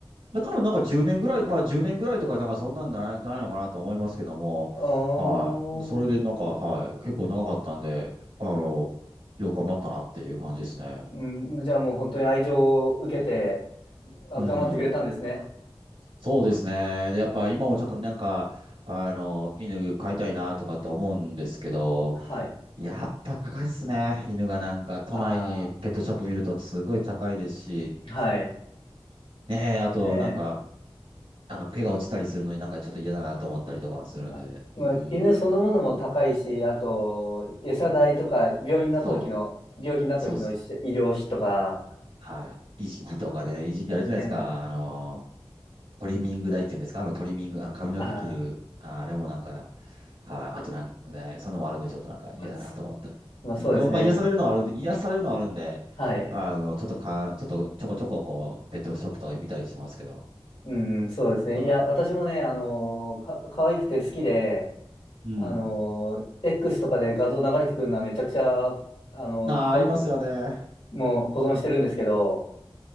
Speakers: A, on the right (about 75°); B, on the left (about 80°).
A: 多分なんか10年ぐらい、まあ10年ぐらいとかなんかそんなんじゃない、ないのかなと思いますけども、
B: あー。
A: はい。それでなんか、はい。結構長かったんで、あの、よく頑張ったなっていう感じですね。
B: うん、じゃあもう本当に愛情を受けて、あ、
A: うん。
B: 頑張ってくれたんですね。
A: そうですね。で、やっぱ今もちょっとなんか、あの、犬飼いたいなとかって思うんですけど、
B: はい。
A: やっぱ高いっすね。犬がなんか、都内にペットショップ見るとすごい高いですし、
B: あー。はい。
A: ねえ、あとなんか、
B: ねえ。
A: あの、毛が落ちたりするのになんかちょっと嫌だなと思ったりとかするんで、
B: あまあ、
A: うん、
B: 犬そのものも高いし、あと、餌代とか、病院になった時の、
A: そう、
B: 病気になった時の医療費とか、
A: そうです。はい。いじりとかね、いじりあるじゃないですか、
B: えー、
A: あの、トリミング台っていうんですか、あのトリミング、あの髪の毛切る、
B: あ
A: あ、あれもなんか、はい、あとなんかね、そんなのもあるんで、ちょっとなんか嫌だなと思ったり。
B: ー、そまあそうですね。
A: うん、でもまあ癒されるのはあるんで、癒されるのはあるんで、
B: はい。
A: あの、ちょっとか、ちょっとちょこちょここう、ペットショップとかで見たりしますけど、
B: うん、そうですね。
A: は
B: いや、私もね、あのー、か、可愛くて好きで、
A: い。うん。
B: あのー、X とかで画像流れてくるのはめちゃくちゃ、あの、
A: ああ、
B: ファ
A: ありますよね。はい。
B: もう保存してるんですけど、